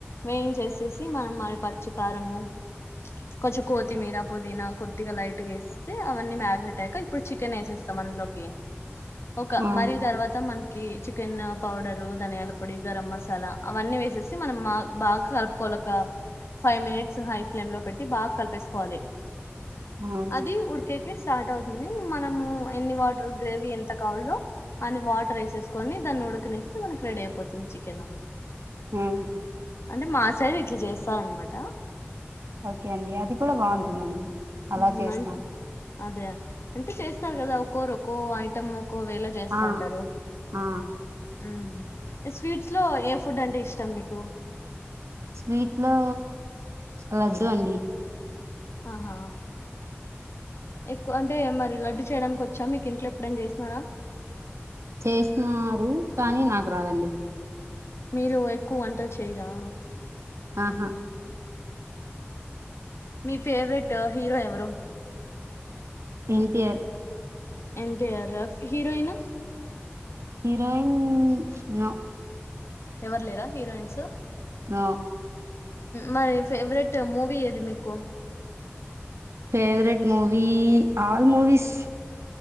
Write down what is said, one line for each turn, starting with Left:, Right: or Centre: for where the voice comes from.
Left: వేన్ చేసేసి మనం మరి పచ్చికారము కొంచెం కొత్తిమీర పుదీనా కొద్దిగా లైట్గా ఎసేసి అవన్నీ మ్యాగినేట్ అయ్యాక ఇప్పుడు చికెన్ ఎసేసి తమ అందులోకి ఒక
Right: ఆ
Left: మరి తర్వాత మన చికెన్ పౌడరు ధనియాల పొడి గరం మసాలా అవన్నీ వేసేసి మనం బాగా కలుపుకో లక ఫైవ్ మినిట్స్ హై ఫ్లేమ్ లో పెట్టి బాగా కలిపేసుకోవాలి
Right: ఆ
Left: అది ఉడికేకి స్టార్ట్ అవుతుంది మనము ఎన్ని వాటర్ గ్రేవీ ఎంత కావాలో అన్ని వాటర్ వేసేసుకొని దాన్ని ఉడుకనిస్తే మనకు రెడీ అయిపోతుంది చికెన్
Right: ఉమ్
Left: అంటే మా సైడ్ ఇట్లా చేస్తారనమాట
Right: ఓకే అండి అది కూడా బాగుంటుందండి అలా
Left: మ్మ్
Right: చేసిన
Left: అ అదే అంటే చేస్తారు కదా ఒక్కోరు ఒక్కో ఐటెం కోవేళ చేస్తాంటారు
Right: ఆ ఆ
Left: ఉమ్ స్వీట్స్ లో ఏ ఫుడ్ అంటే ఇష్టం మీకు
Right: స్వీట్ లో లడ్డు అండి
Left: ఆహా ఎక్కువ అంటే మరి లడ్డు చేయడానికి వచ్చా మీకు ఇంట్లో ఎప్పుడైన చేసినార
Right: చేసినారు కానీ నాకు రాదండి
Left: మీరు ఎక్కువ వంటలు చేయరా
Right: ఆహా
Left: మీ ఫేవరెట్ హీరో ఎవరు
Right: ఎన్టీఆర్
Left: ఎన్టీఆరా, హీరోయిన్
Right: హీరోయిన్ న
Left: ఎవరు లేరా హీరోయిన్స్
Right: నో
Left: మరి ఫేవరెట్ మూవి ఎది మీకు
Right: favourite movie all movies